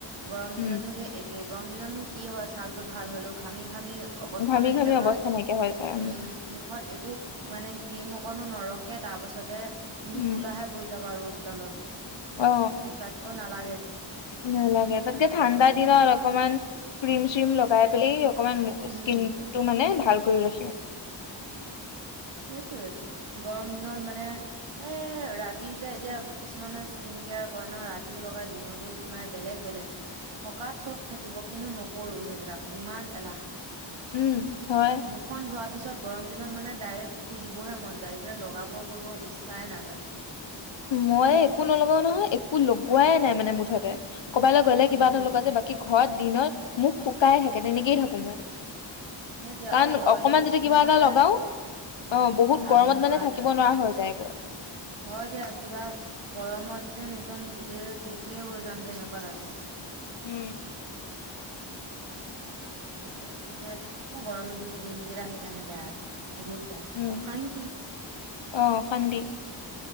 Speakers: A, on the right; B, on the left.
A: গৰম দিনতো
B: উম
A: সেই একেই গৰম দিনতনো কি হয় ছাল। টো ভাল হলো ঘামি ঘামি। অৱস্থা
B: ঘামি
A: নাইকিয়া
B: ঘামি
A: হয়,
B: অৱস্থা নাইকিয়া হৈ যায়
A: উম মুখত একো। মানে ক্ৰীম অকনো নৰখে তাৰ পাছতে তুমি
B: উম
A: কোলাহে পৰি ৰদ ডালত।
B: অ
A: উম তাতকৈ নালাগ
B: নালাগে তাতকে ঠাণ্ডা
A: লাগিলে
B: দিনত অকমান ক্ৰীম চ্ৰীম লগাই পেলাই অকমান
A: উম
B: স্কিন টো মানে ভাল কৰি ৰাখিম।
A: এটোৱেটো, গৰম দিনত মানে এ, ৰাতি যে এতিয়া কিছুমানে স্কিন কেয়াৰ কৰে ন, ৰাতিও লগাই দিনতো, মানে বেলেগ বেলেগ। থকাত চব থাকিব কিন্তু নকৰো সেই এইবিলাক ইমান এলাহ।
B: উম হয়
A: মুখখন ধোৱাৰ পিছত গৰম দিনত মানে ডাইৰেক্ট শুই দিবহে মন যায় এইবিলাক লগাব কৰিব ইচ্ছাই নাযায়।
B: ময়ে একো নলগাও নহয় একো লগোৱাই নাই মানে মুঠতে। ক'বালে গ'লে কিবা
A: উম
B: এটা লগোৱা যে বাকী ঘৰত দিনত মোক শুকাই হে। তেনেনেকেই থাকো মই
A: সেইটোয়ে
B: কাৰণ
A: আৰু অইলি
B: অকমান যদি
A: স্কিন
B: কিবা এটা
A: হলে
B: লগাও
A: উম
B: অহ বহুত
A: ঘামি
B: গৰমত
A: যোৱা
B: মানে থাকিব
A: যায়
B: নোৱাৰা হৈ যায়গৈ।
A: হয় দিয়া কিবা গৰমত যেন একদম গোটেই শেষে হৈ যাম যে এনেকুৱা লাগে।
B: উম।
A: অহ এতিয়া কি যে মই গৰম দিনকেইটা সেইকাৰণে বেয়াই পাওঁ। বহুত বেয়া
B: উম
A: অশান্তি।
B: অ অশান্তি